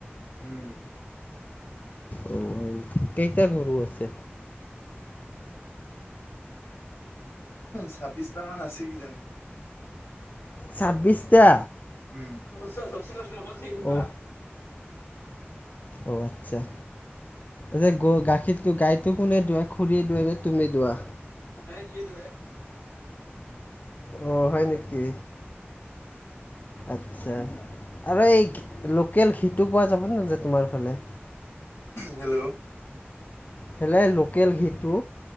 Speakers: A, on the left; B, on the left.
A: উম'
B: অ' হয় নেকি, কেইটা গৰু আছে?
A: ছাব্বিছটা মান আছে কিজানি।
B: ছাব্বিছটা?
A: উম' <unintelligible>
B: অ অ' আৎচ্ছা। এই যে গ গাখীৰতো গাইতো কোনে দুৱাই খুৰীয়ে দুৱাই নে তুমি দুৱা?
A: নাই, সিয়ে দুৱাই।
B: অ' হয় নেকি? আৎচ্ছা, আৰু এই লোকেল ঘিঁটো পোৱা যাবনে নাযায় তোমাৰ ফালে?
A: হেল্লৌ'
B: কেলে লোকেল ঘিঁটো।